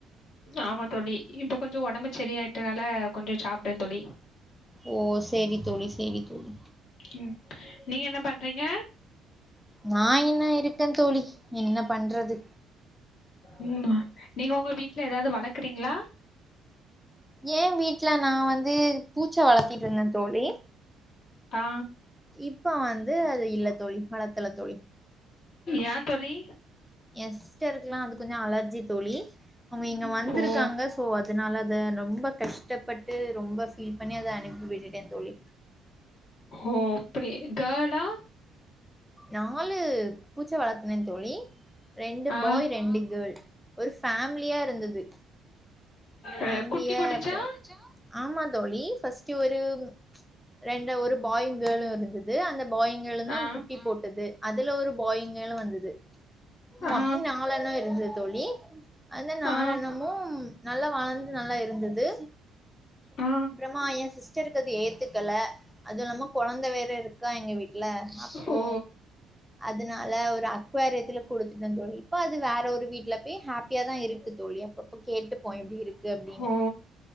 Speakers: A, on the left; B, in the centre.
A: ஆமா தோழி இப்ப கொஞ்சோ ஒடம்பு சரியாட்டனால கொஞ்சோ சாப்டே தோழி
B: ஓ சேரி தோழி சேரி தோழி
A: ம் நீங்க என்ன பண்றீங்க
B: நா என்ன இருக்கே தோழி என்ன பண்றது
A: ம் மா நீங்க ஒங்க வீட்ல ஏதாவது வளக்குறீங்களா
B: ஏ வீட்ல நா வந்து பூச்சா வளத்திட்ருந்தே தோழி
A: ஆ
B: இப்ப வந்து அது இல்ல தோழி வளத்துல தோழி
A: ஏ தோழி
B: எ சிஸ்டருக்குலா அது கொஞ்சோ அலர்ஜி தோழி அவுங்க இங்க வந்துருக்காங்க
A: ஓ
B: சோ அதுனாலத ரொம்ப கஷ்டப்பட்டு ரொம்ப ஃபீல் பண்ணி அத அனுப்பி விட்டுட்டே தோழி
A: ஓ அப்பகடி கேள்லா
B: நாலு பூச்சா வளர்த்தினே தோழி ரெண்டு
A: ஆ
B: பாய் ரெண்டு கேள் ஒரு ஃபேமிலியா இருந்தது பேமிலியா
A: அஹ், குட்டி போட்டுச்சா
B: இருந்தோ ஆமா தோழி ஃபர்ஸ்ட்டு ஒரு ரெண்டு ஒரு பாயுங் கேளு இருந்தது அந்த பாயிங் கேளுந் தா
A: ஆ
B: குட்டி போட்டது அதுல ஒரு பாயிங் கேளு வந்தது ம்
A: ஆ
B: அப்டி நாலனோ இருந்து தோழி அந்த நாளனமும்
A: ஆ
B: நல்லா வளந்து நல்லா இருந்தது
A: ஆ
B: அப்றமா எ சிஸ்டருக்கு அது ஏத்துக்கல அது இல்லாம கொழந்த வேற இருக்கா எங்க வீட்ல அப்போ
A: ஓ
B: அது னால ஒரு அக்வாரத்துல குடுத்துட்டே தோழி இப்ப அது வேற ஒரு வீட்ல பேய் ஹாப்பியா தா இருக்கு தோழி அப்பப்போ கேட்டுப்போ எப்டி இருக்கு அப்டீனு
A: ஓ